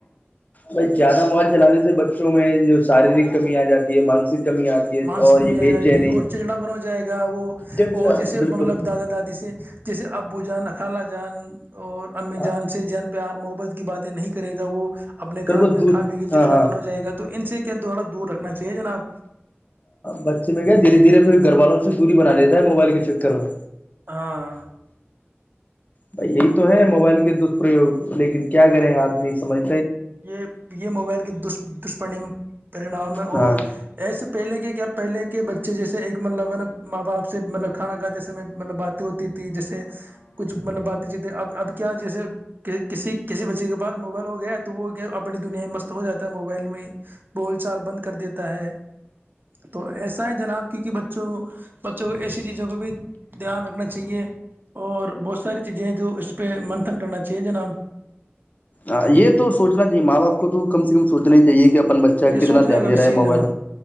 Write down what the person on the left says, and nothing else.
بائی زیادہ موبائل چلانے سے بچے میں جو شاریرک کمی آ جی ہے مانسک کمی آتی ہے
اور
یہ
بے
چینی
چڑ
بالکل
ہاں
پھر
وہ
دور
ہاں ہاں
بچے میں گیا دھیر دھیرے پھر گھر والوں سے دوری بنا لیتا ہے موبائل کے چکر میں
بھائی یہی تو ہے موبائل کے دپرریوگ لیکن کیا کریں آدمی سمجھ
ہاں
اں یہ تو سوچنا چاہیے ماں باپ کو تو کم سے کم سوچنا ہی چاہیے کہ اپ بچہ
کتنا
دھیان
دے
رہا ہے موبائل